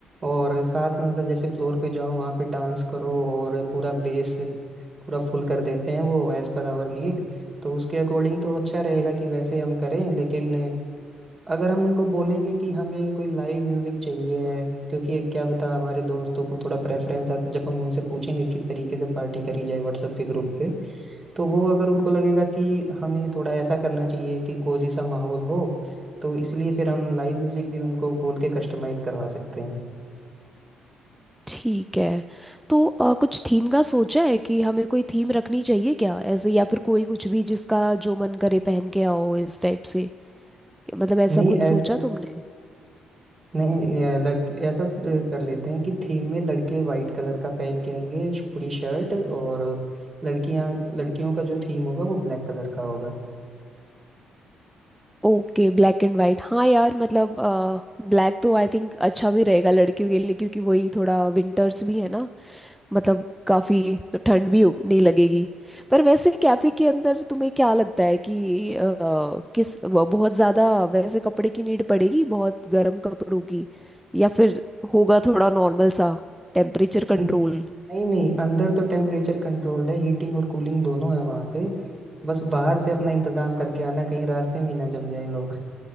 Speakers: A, on the right; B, in the centre.
A: और साथ में मतलब जैसे फ्लोर पे जाओ वहाँ पे डांस करो और पूरा बेस पूरा फुल कर देते हैं वो एज पर आवर नीड तो उसके अकॉर्डिंग तो अच्छा रहेगा कि वैसे हम करें लेकिन अगर हम उनको बोलेंगे कि हमें कोई लाइव म्यूजिक चाहिए है क्योंकि ये क्या पता हमारे दोस्तों को थोड़ा प्रेफरेंस जब हम उनसे पूछेंगे किस तरीके से पार्टी करी जाए व्हाट्सएप के ग्रुप पे तो वो अगर उनको लगेगा कि हमें थोड़ा ऐसा करना चाहिए कि कोजी सा माहौल हो तो इसलिए फिर हम लाइव म्यूजिक भी उनको बोल के कस्टमाइज करवा सकते हैं
B: ठीक है तो अ, कुछ थीम का सोचा है कि हमें कोई थीम रखनी चाहिए क्या ऐसे या फिर कोई कुछ भी जिसका जो मन करे पहन के आओ इस टाइप से मतलब
A: नहीं
B: ऐसा कुछ सोचा
A: ऐस,
B: तुमने
A: नहीं ये लड़के ऐसा अ, कर लेते हैं कि थीम में लड़के वाइट कलर का पहन के आएंगे श- पूरी शर्ट और लड़कियां लड़कियों का जो थीम होगा वो ब्लैक कलर का होगा
B: Okay black and white हाँ यार मतलब ब्लैक तो आई थिंक अच्छा भी रहेगा लड़कियों के लिए क्योंकि वही थोड़ा विंटर्स भी है ना मतलब काफी तो ठंड भी हो- नहीं लगेगी पर वैसे कैफे के अंदर तुम्हें क्या लगता है कि अ, किस वो बहुत ज्यादा वैसे कपड़े की नीड पड़ेगी बहुत गर्म कपड़ों की या फिर होगा थोड़ा नॉर्मल सा टेम्परेचर कंट्रोल
A: न- नहीं नहीं अंदर तो टेम्परेचर कंट्रोल्ड है हीटिंग और कूलिंग दोनों है वहाँ पे बस बाहर से अपना इंतजाम करके आना कहीं रास्ते में ही ना जम जाए लोग